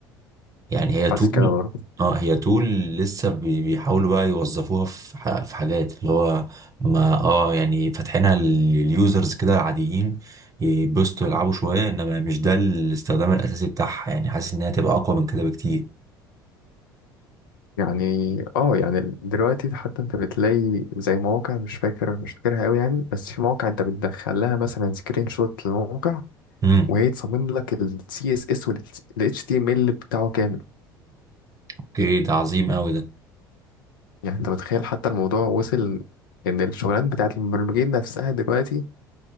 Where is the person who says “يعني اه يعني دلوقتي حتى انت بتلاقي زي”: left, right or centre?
Left